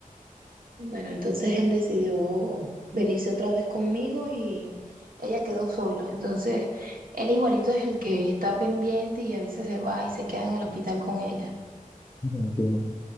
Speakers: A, on the right; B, on the left.
A: Bueno, entonces él decidió venirse otra vez conmigo y ella quedó sola. Entonces él igualito es el que está pendiente y a veces se va y se queda en el hospital con ella.
B: Ya, qué bueno.